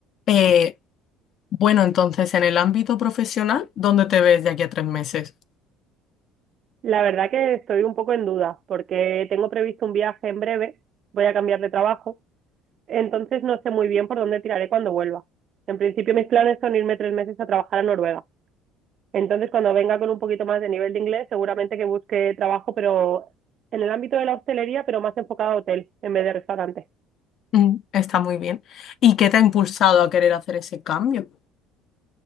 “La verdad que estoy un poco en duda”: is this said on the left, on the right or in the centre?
Right